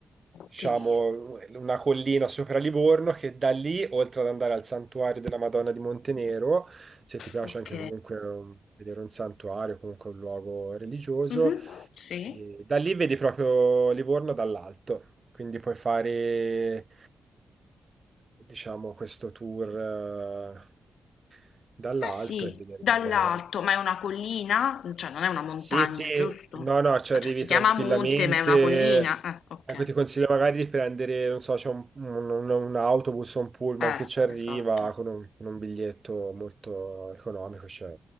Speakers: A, on the left; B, on the right.
A: Monte
B: diciamo,
A: Nero,
B: una collina sopra Livorno, che da lì, oltre ad andare al santuario della Madonna di Montenero, se ti piace
A: ok,
B: anche comunque um, vedere un santuario, comunque un luogo religioso,
A: Mhm, sì,
B: E da lì vedi proprio Livorno dall'alto, quindi puoi fare, eh, diciamo, questo tour eh, dall'alto
A: ah sì,
B: e vedere
A: dall'alto,
B: Livorno
A: ma è una collina, cioè non è una montagna,
B: sì, sì,
A: giusto?
B: no, no, ci
A: Ah,
B: arrivi
A: Cioè si
B: tranquillamente.
A: chiama monte, ma è una collina, eh, ok,
B: Ecco, ti consiglio magari di prendere, non so, c'è un, un- un- un autobus o un pullman
A: eh,
B: che ci arriva
A: esatto,
B: con un, con un biglietto molto economico. Cioè,